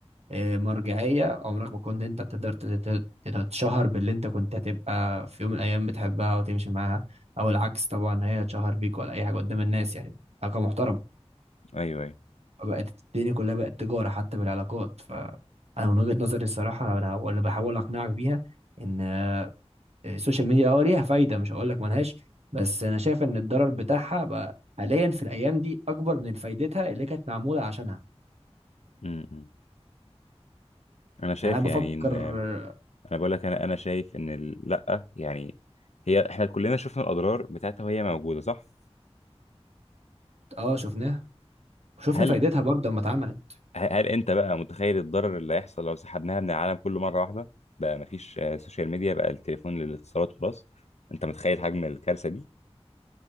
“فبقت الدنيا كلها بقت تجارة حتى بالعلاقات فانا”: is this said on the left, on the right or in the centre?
Right